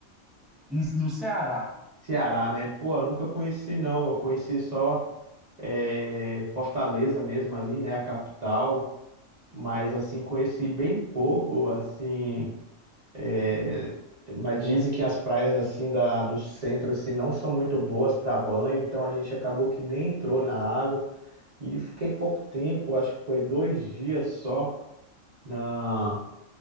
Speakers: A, in the centre; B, on the right (about 40°).
A: Em- No Ceará.
B: Ceará, né? Pô, eu nunca conheci, não. Eu conheci só é, Fortaleza mesmo ali, né? A capital. Mas, assim, conheci bem pouco, assim... é, Mas dizem que as praias, assim, da, do centro, assim, não são muito boas para banho. Então, a gente acabou que nem entrou na água. E fiquei pouco tempo, acho que foi dois dias só na...